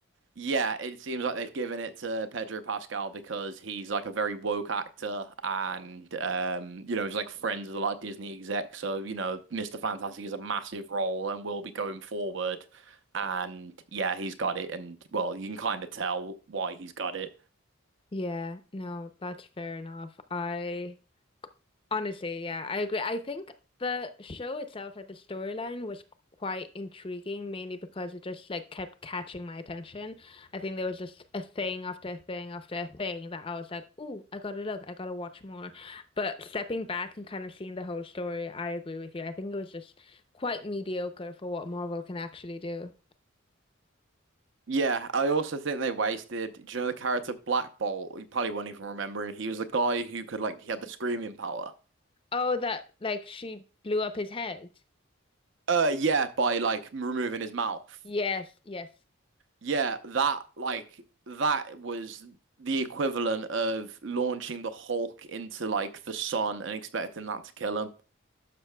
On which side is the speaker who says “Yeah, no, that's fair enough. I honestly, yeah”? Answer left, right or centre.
Left